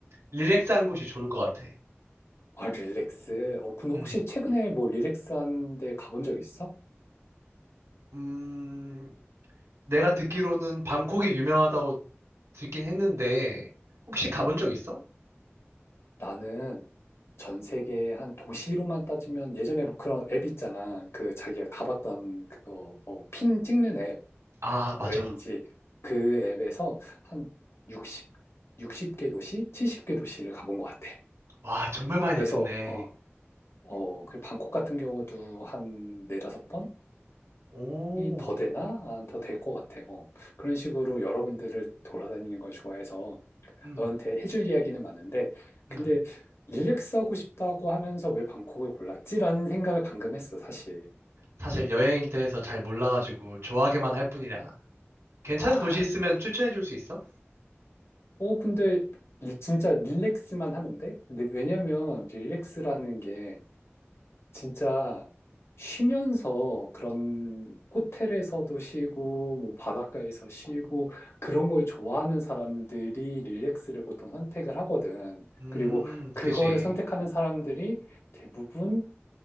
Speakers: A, on the right; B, on the left.
A: 릴렉스한 곳이 좋을 것 같아.
B: 아, 릴렉스. 어, 근데
A: 응
B: 혹시 최근에 뭐 릴렉스한 데 가본 적 있어?
A: 음, 내가 듣기로는 방콕이 유명하다고 듣긴 했는데, 혹시
B: 음.
A: 가본 적 있어?
B: 나는 전 세계 한 도시로만 따지면 예전에 뭐 그런 앱 있잖아. 그 자기가 가봤던 그거 뭐핀 찍는 앱,
A: 아, 맞아.
B: 여행지 그 앱에서 한 60, 60개 도시, 70개 도시를 가본 것 같아.
A: 와, 정말 많이
B: 그래서
A: 다녔네.
B: 어, 어, 그 방콕 같은 경우도 한 네다섯 번이
A: 오,
B: 더 되나? 아, 더될 것 같아. 요 그런 식으로 여러 군데를 돌아다니는 걸 좋아해서
A: 응
B: 너한테 해줄 이야기는 많은데, 근데
A: 응.
B: 릴렉스하고 싶다고 하면서 왜 방콕을 골랐지라는 생각을 방금 했어, 사실.
A: 사실 여행에 대해서 잘 몰라가지고 좋아하게만 할 뿐이라. 괜찮은
B: 아,
A: 도시 있으면 추천해 줄 수 있어?
B: 어, 근데 리- 진짜 릴렉스만 하면 돼? 근데 왜냐면 릴렉스라는 게 진짜 쉬면서 그런 호텔에서도 쉬고, 뭐 바닷가에서 쉬고, 그런 걸 좋아하는 사람들이 릴렉스를 보통 선택을 하거든.
A: 음,
B: 그리고 그거를
A: 그지.
B: 선택하는 사람들이 대부분